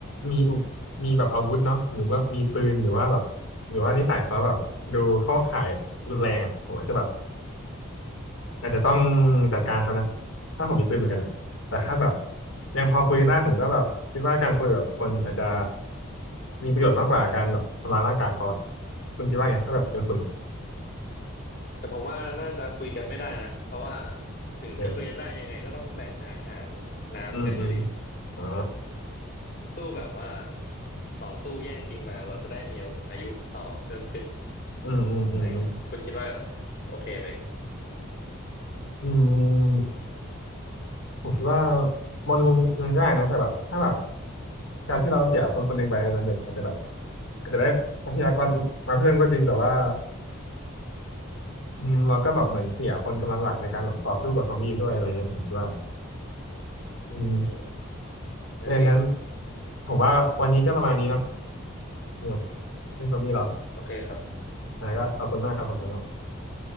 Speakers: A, on the left; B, on the left.
A: มีอุปมีแบบอาวุธเนาะหรือว่ามีปืนหรือว่าแบบหรือว่านิสัยเขาแบบดูเข้าข่ายรุนแรงอ่ะผมอาจจะแบบ อาจจะต้องจัดการเขานะถ้าผมมีปืนเหมือนกันอะแต่ถ้าแบบยังพอคุยกันได้ผมก็แบบคิดว่าการคุยแบบคนอาจจะมีประโยชน์มากกว่าการแบบทำลายร่างกายเขาอะคุณคิดว่าไงถ้าแบบเป็นคุณ
B: แต่ผมว่าน่าจะคุยกันไม่ได้นะเพราะว่าถึงจะคุยกันได้ยังไงก็ต้องแบ่งอาหาร
A: เนี่ย
B: น้ำกันอยู่ดี
A: อืมอืมอ่า
B: สู้แบบว่าต่อสู้แย่งชิงมาเราจะได้มีอายุต่อเพิ่มขึ้น
A: อืมอืมอืมอืม
B: อะไรเงี้ยคุณคิดว่าโอเคไหม
A: อืมผมคิดว่ามองในมุมหนึงก็ได้นะแต่แบบถ้าแบบการที่เราเสียคนคนหนึ่งไปมันอาจจะแบบอาจจะได้ทรัพยากรมาเพิ่มก็จริงแต่ว่าอืมเราก็แบบเหมือนเสียคนกำลังหลักในการแบบต่อสู้กับซอมบี้ด้วยอะไรเงี้ยผมคิดว่า
B: อืม
A: อืม
B: ก็จริง
A: เอองั้นผมว่าวันนี้ก็ประมาณนี้เนาะเออเรื่องซอมบี้เหรอ
B: โอเคครับ
A: อ่าก็ขอบคุณมากครับผมสำหรับ